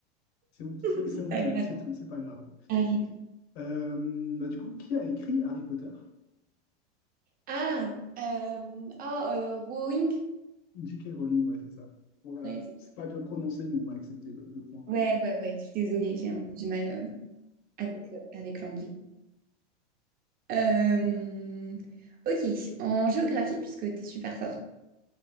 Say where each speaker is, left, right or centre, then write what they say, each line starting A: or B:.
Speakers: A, on the left; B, on the right.
A: C'est honte- c'est-
B: c'est
A: c'est honteux,
B: pas grave.
A: c'est tout, c'est pas grave.
B: Arrive.
A: Euh, bah, du coup, qui a écrit Harry Potter?
B: Ah, euh, ah, euh, Rowing.
A: J.K. Rowling, ouais, c'est ça. On va,
B: Ouais, c'est-
A: c'est pas bien prononcé, mais on va accepter le, le point.
B: ouais, ouais, ouais, Je suis désolée, j'ai un peu du mal euh, avec, euh, avec l'anglais. Euh, ok, en géographie, puisque t'es super fort.